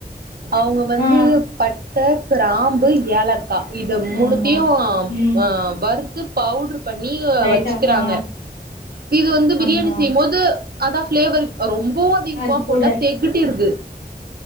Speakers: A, on the right; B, on the left.
A: அவுங்க வந்து
B: ஆ
A: பட்ட கிராம்பு ஏலக் பா இத மூணுத்தியு
B: ஆமா ம்
A: ஆ வறுத்து பவுட்ரு பண்ணி து
B: லைட்டா
A: வச்சுக்கிறாங்க
B: ஆ
A: இது வந்து பிரியாணி
B: ஆமா
A: செய்யும்போது அதா ஃப்ளேவரு ரொம்பவு அதிகமா
B: அது
A: போட்டா
B: கூட
A: தெகட்டிருது